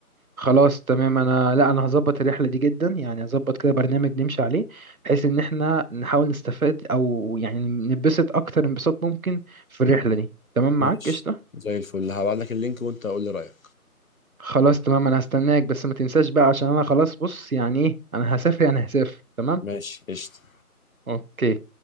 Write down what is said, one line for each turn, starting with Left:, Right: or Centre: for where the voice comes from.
Right: خلاص تمام انا لا انا هظبط الرحله دي جدا يعني هظبط كده برنامج نمشي عليه بحيث ان احنا نحاول نستفاد او يعني نبسط اكتر انبساط ممكن في الرحله دي تمام
Left: ماشي
Right: معاك قشطه
Left: زي الفل هبعت لك اللينك وانت قول لي رايك
Right: خلاص تمام انا هستناك بس ما تنساش بقى عشان انا خلاص بص يعني ايه انا هسافر يعني هسافر تمام
Left: ماشي قشطه
Right: اوكي